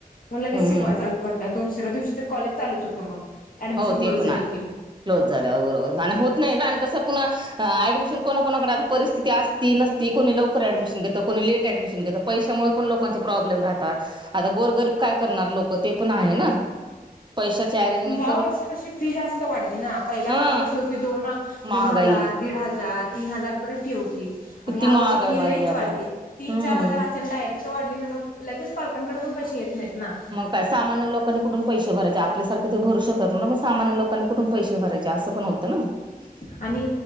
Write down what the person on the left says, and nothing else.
मग लगेच शिकवाय
चालू करतात दुसऱ्या दिवशी तर कॉलेज चालूच होतं मग. ऍडमिशन
क्लोज
झाली
की
या वर्षी कशी फी जास्त वाढली ना, पहिल्यापर्यंत
कशी होती दोन
-दोन हजार, दीड हजार तिन हजारर्यंत फी होती.
आता या
वर्षी फी लईच वाढली
तीन
चार हजार त्यां डायरेक्ट वाढली म्हणाल्यावर, लगेच पालकांकडे पण पैसे येत नाहीत ना.
आणि